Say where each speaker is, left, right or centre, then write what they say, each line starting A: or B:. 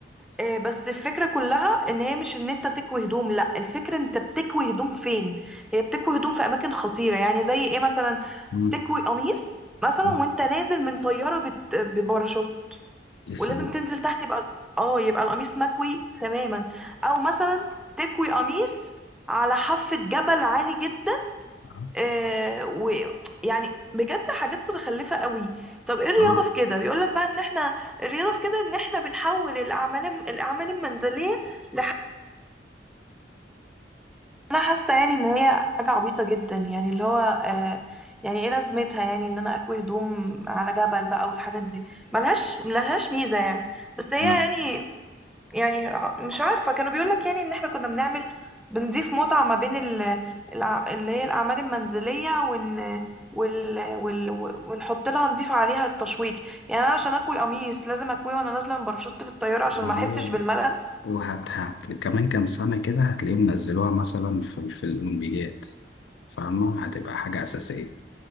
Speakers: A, in the centre; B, on the left.
A: آه، بس الفكره كلها ان هي مش ان انت تكوي هدوم لا الفكره انت بتكوي هدوم فين هي بتكوي هدوم في اماكن خطيره يعني زي ايه مثلا
B: مم.
A: تكوي قميص مثلا
B: لا
A: وانت نازل من طياره بت... بباراشوت
B: لسه
A: ولازم
B: دي
A: تنزل تحت يبقى اه يبقى القميص مكوي تماما او مثلا تكوي قميص على حافة جبل عالي جدا
B: اه
A: آه ويعني بجد حاجات متخلفة قوي طب ايه الرياضة
B: آه.
A: في كده بيقولك بقى ان احنا الرياضة في كده ان احنا بنحول الاعمال الاعمال المنزلية لح... انا حاسة يعني ان هي حاجة عبيطة جدا يعني اللي هو آه يعني ايه لازمتها يعني ان انا اكوي هدوم على جبل بقى والحاجات دي ملهاش ملهاش ميزة يعني بس هي
B: ما
A: يعني يعني مش عارفة كانوا بيقولك يعني ان احنا كنا بنعمل بنضيف متعة ما بين ال... الأع- اللي هي الأعمال المنزلية وإن وال... وال... ونحط لها نضيف عليها التشويق يعني أنا عشان أكوي قميص لازم أكويه وأنا نازلة من باراشوت في الطيارة عشان
B: ما
A: ما أحسش
B: هو
A: بالملل
B: وهت هت كمان كام سنة كده هتلاقيهم نزلوها مثلا في في الأولمبيات فاهمة هتبقى حاجة أساسية